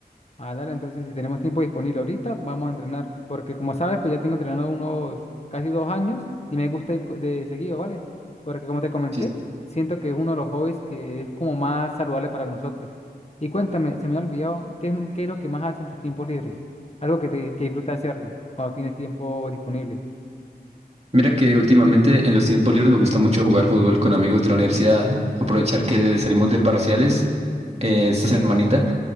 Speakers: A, on the left (about 40°); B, on the right (about 40°).
A: Ah, dale, entonces si tenemos tiempo disponible ahorita, vamos a entrenar, porque como sabes, pues ya tengo entrenando unos casi dos años y me gusta ir co- de seguido, ¿vale? Porque como te comenté,
B: Sí.
A: siento que es uno de los hobbies que es como más saludable para nosotros. Y cuéntame, se me ha olvidado, ¿qué, es qué es lo que más haces en sus tiempos libres? Algo que te que disfruta hacerlo cuando tienes tiempo disponible.
B: Mira que últimamente en los tiempos libres me gusta mucho jugar fútbol con amigos de la universidad, aprovechar que salimos de parciales eh, esta semanita